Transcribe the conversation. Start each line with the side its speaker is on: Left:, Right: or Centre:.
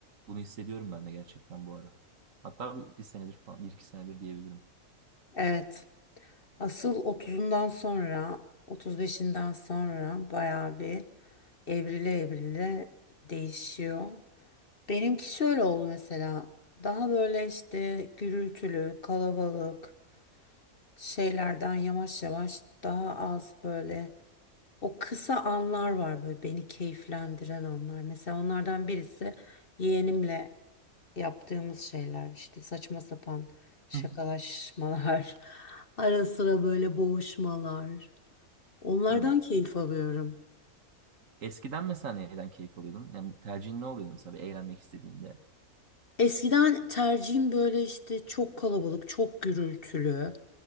Right: Bunu hissediyorum ben de gerçekten bu ara. Hatta bir, bir senedir falan, bir iki senedir diyebilirim.
Left: Evet. Asıl otuzundan sonra otuz beşinden sonra bayağı bir evrile evrile değişiyor. Benimki şöyle oldu mesela. Daha böyle işte gürültülü, kalabalık şeylerden yavaş yavaş daha az böyle o kısa anlar var böyle beni keyiflendiren anlar. Mesela onlardan birisi yeğenimle yaptığımız şeyler işte saçma sapan şakalaşmalar,
Right: Hı.
Left: <laughs> ara sıra böyle boğuşmalar. Onlardan
Right: hı.
Left: keyif alıyorum.
Right: Eskiden mesela neyden keyif alıyordun? Yani tercihin ne oluyordu mesela bir eğlenmek istediğinde?
Left: Eskiden tercihim böyle işte çok kalabalık, çok gürültülü.